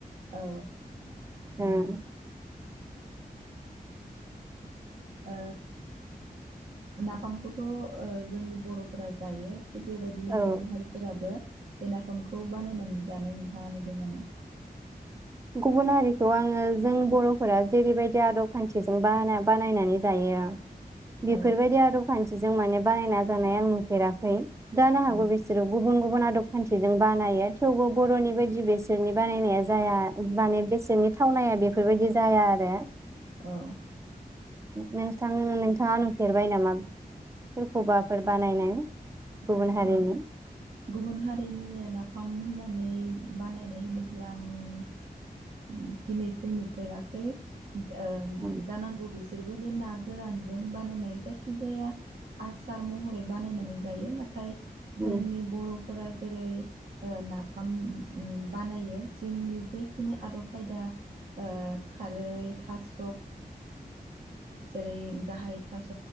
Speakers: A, on the right (about 60°); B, on the right (about 20°).
A: औ।
B: ओम।
A: ओ। नाफामखौथ' ओ जोंनि बर'फोरा जायो। थिग बेबायदिनो
B: औ
A: गुबुन हारिफोराबो बे नाफामखौ बानायनानै जानाय नोंथाङा नुदों नामा?
B: गुबुन हारिखौ आङो जों बर'फोरा जेरैबायदि आदब खान्थिजों बानाय बानायनानै जायो बेफोरबायदि
A: औ
B: आदब खान्थि बिजों माने बानायना जानाय आं नुफेराखै। जानो हागौ
A: औ
B: बिसोरो गुबुन गुबुन गुबन आदब खान्थिजों बानायो थेवबो बर'नि बायदि बेसोरनि बानायनाया जाया माने बेसोरनि थावनाया बेफोरबायदि जाया आरो
A: औ।
B: नोंथां नोंथाङा नुफेरबाय नामा सोरखौबाफोर बानायनाय? गुबुन हारिनि
A: औ गुबुन हारिनि नाफाम होननानै बानायनाय होनोब्ला आं दिनैसिम नुफेराखै। ओं
B: उम
A: जानांगौ बिसोर बिसोरबो बे ना गोरानजों बानायनाय जायखिजाया आसार महरै बानायनानै जायो ना थाय जोंनि
B: उम
A: बर'फोरा जेरै ओ नाफाम उम बानायो जोंनि जेखिनि आदब खायदा ओ खारै थास' जेरै ओ‌ गाहाय थास'